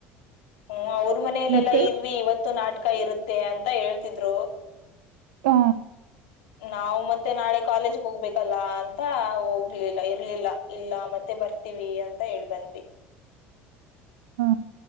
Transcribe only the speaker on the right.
ಮತ್ತೆ
ಹಾ
ಹಾ